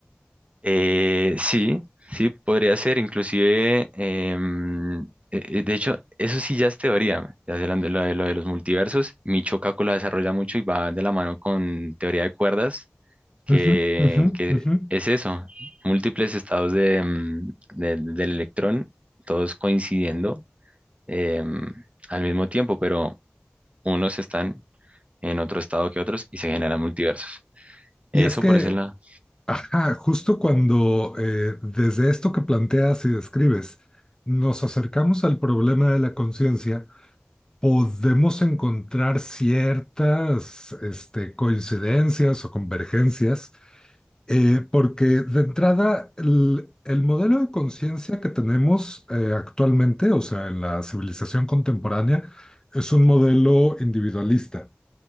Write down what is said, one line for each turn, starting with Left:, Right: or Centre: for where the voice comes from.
Right: Eh, sí, sí, podría ser, inclusive, em, eh, eh, de hecho, eso sí ya es teoría, ya sé, lo de, lo de lo de los multiversos, Michio Kaku la desarrolla mucho y va de la mano con teoría de cuerdas, que,
Left: Ujú, ujú,
Right: que
Left: ujú.
Right: es eso, múltiples estados de, em, de- del electrón, todos coincidiendo em, al mismo tiempo, pero unos están en otro estado que otros y se generan multiversos. Eso
Left: Y es que,
Right: por ese lado.
Left: ajá, justo cuando eh, desde esto que planteas y describes, nos acercamos al problema de la conciencia, podemos encontrar ciertas este, coincidencias o convergencias Eh, porque de entrada, el, el modelo de conciencia que tenemos eh, actualmente, o sea, en la civilización contemporánea, es un modelo individualista,